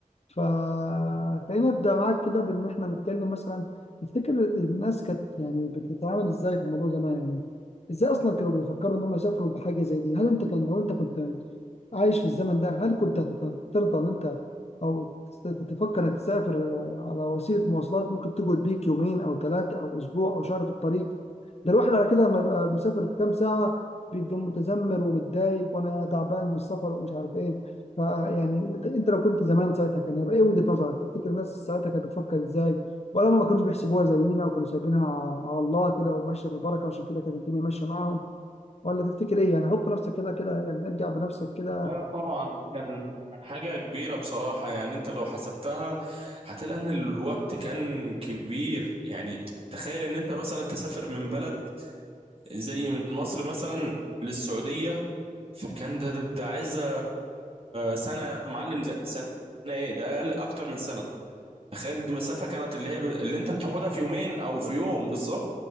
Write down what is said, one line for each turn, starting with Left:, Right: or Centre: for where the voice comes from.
Left: فخلينا نبدأ معاك كده بإن إحنا نتكلم مثلا تفتكر الناس كانت يعني بتتعامل إزاي في الموضوع زمان يعني إزاي أصلا كانوا بيفكروا إن هم يسافروا بحاجة زي دي هل أنت كان لو أنت كنت عايش في الزمن ده هل كنت هت- ترضى ان انت او تس- تفكر انك تسافر آه، على وسيله مواصلات ممكن تقعد بيك يومين او ثلاثه او اسبوع او شهر في الطريق ده الواحد على كده لما بيبقى بيسافر في كام ساعه بيبقى متذمر ومتضايق وانا تعبان من السفر ومش عارف ايه فيعني انت إنت لو كنت زمان ساعتها كان هيبقى ايه وجهه نظرك تفتكر الناس ساعتها كانت بتفكر ازاي ولا هم ما كانوش بيحسبوها زينا وكانوا سايبينها على الله كده وماشيه بالبركه عشان كده كانت الدنيا ماشيه معاهم ولا تفتكر ايه يعني حط نفسك كده كده يعني ارجع بنفسك كده
Right: لا طبعا كان حاجة كبيرة بصراحة يعني أنت لو حسبتها هتلاقي إن الوقت كان كبير يعني تخيل إن أنت مثلا تسافر من بلد زي من مصر مثلا للسعودية فكان ده ده, ده عايزه سنه يا معلم ده سنه ايه ده اقل اكتر من سنه تخيل دي مسافه كانت اللي هي ب... اللي انت بتاخدها في يومين او في يوم بالظبط